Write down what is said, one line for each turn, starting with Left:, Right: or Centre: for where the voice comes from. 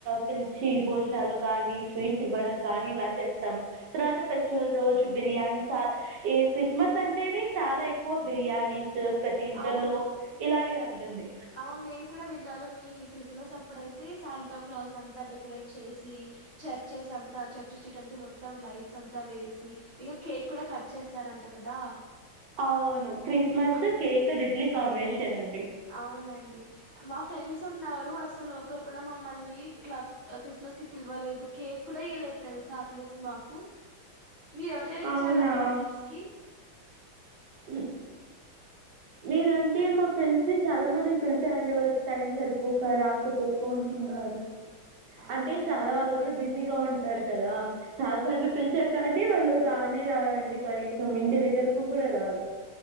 Right: పిలిచి భో చ్చలు కానీ స్వీట్స్ ఇవ్వడం కానీ ఇలా చేస్తాం తర్వాత ఫెస్టివల్ రోజు బిర్యానీ చాల్ ఈ క్రిస్మస్ అంటేనే చాలా ఏక్కువ బిర్యానీస్ ప్రతి ఇంట్లల్లో
Left: అవును
Right: ఇలాగే ఉంటుంది
Left: అవును నేను కూడా విన్నను మీ క్రిస్మస్ అప్ ప్పుడైతే సంతాక్లేస్ అంతా డెకరేట్ చేసి చర్చెస్ అంతా చర్చెస్టీట్ అంతా మొత్తం ల లైట్స్ అంతా వేసి ఈగ కేక్ కూడా కట్ చేస్తారు అంట కదా
Right: అవును క్రిస్మస్
Left: అ-
Right: కేక్ డేడ్లీ కాంబినేషన్ అండి
Left: అవునండి మా ఫ్రెండ్స్ ఉన్నారు అసలు ఒకరు కూడా మమ్మల్ని ఇట్లా క్రిస్మస్ కి పిలవలేదు కేక్ కూడా ఇయ్యలేదు తెలుసా అట్లీస్ట్ మాకు మీ ఎవరైనా ఇచ్చారా
Right: అవునా
Left: అండి మీ ఫ్రెండ్స్ కి
Right: మ్ నేనంటే మా ఫ్రెండ్స్ ని చాలా మంది పిలిచాఅండి వాళ్ళకి టైం సరిపోక రాకపోకు కున్నారు
Left: అవునా
Right: అంటే చాలా వాళ్ళు కూడా బిజీగా ఉంటారు కదా చాలా సార్లు
Left: అవును
Right: పిలిచారు కానీ వాళ్ళు రానే రారు అండి కనీసం ఇంటి దగ్గరకు కూడా రారు